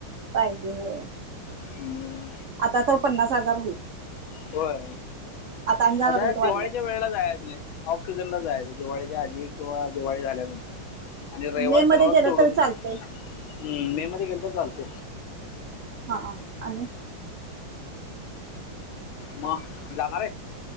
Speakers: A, on the right; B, on the left.
A: पाहिजे होय
B: हम्म.
A: आता तर पन्नास हजार होईल
B: होय
A: आणि जरा
B: आता
A: रेट
B: दिवाळीच्या
A: वाढल्यात
B: वेळेला जायच नाही ऑक्सिजनला जायच दिवाळीच्या आधी किंवा दिवाळी झाल्यानंतर आणि रविवार
A: मे मध्ये
B: शनिवार
A: गेलं
B: सोडून
A: तरी चालतंय
B: हम् मे मध्ये गेले तर चालते
A: हा आणि
B: म जाणार रे.